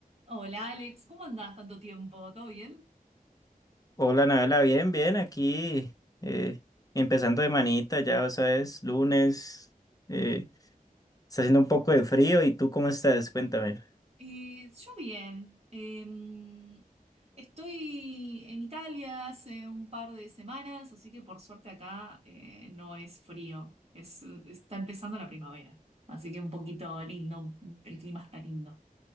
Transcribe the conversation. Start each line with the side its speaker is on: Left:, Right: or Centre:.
Right: Hola Alex, ¿cómo andás tanto tiempo? ¿Todo bien?
Left: Hola, Nabela, bien, bien, aquí eh, empezando de manita, ya, o sea, es lunes, eh, está haciendo un poco de frío, ¿y tú cómo estás? Cuéntame.
Right: Eh, yo bien. Eh, estoy en Italia hace un par de semanas, así que por suerte acá eh, no es frío. Es, está empezando la primavera, así que un poquito lindo, el clima está lindo.